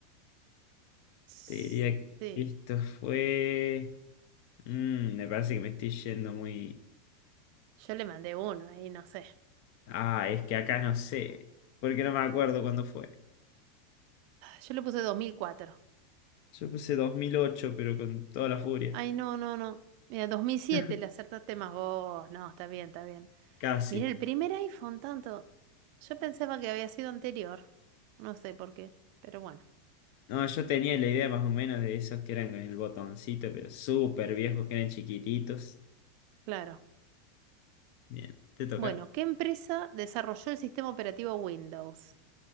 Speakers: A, on the right; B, on the left.
A: sí,
B: Te diría que esto fue... Mm, me parece que me estoy yendo muy...
A: yo le mandé uno ahí, no sé.
B: Ah, es que acá no sé, porque no me acuerdo cuándo fue.
A: Yo le puse dos mil cuatro
B: Yo puse 2008, pero con toda la furia.
A: Ay, no, no, no. Mira, 2007
B: <laughs>
A: le acertaste más vos. No, está bien, está bien.
B: Casi.
A: Mira, el primer iPhone tanto. Yo pensaba que había sido anterior. No sé por qué, pero bueno,
B: No, yo tenía la idea más o menos de esos que eran con el botoncito, pero súper viejos, que eran chiquititos.
A: claro.
B: Bien, ¿te toca?
A: Bueno, ¿qué empresa desarrolló el sistema operativo Windows?